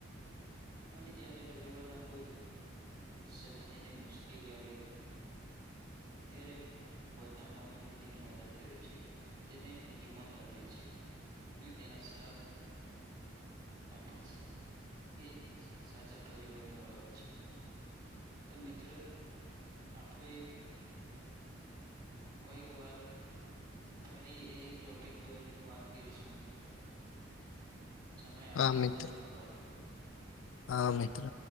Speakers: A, on the right; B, on the left.
A: અને જ્યારે પરિવારના કોઈ સભ્ય ને મુશ્કેલી આવે ત્યારે બધા મળીને તેની મદદ કરે છે, તેને હિંમત આપે છે. અમે તેના સાથ આપે છે એજ સાચા પરિવાર ની ઓળખ છે. તો મિત્ર આપડે. કોઈક વાર. ફરી એ ટોપિક પર વાત કરીશું. સમય આપવા
B: હા મિત્ર.
A: બદલ આભાર.
B: હા મિત્ર.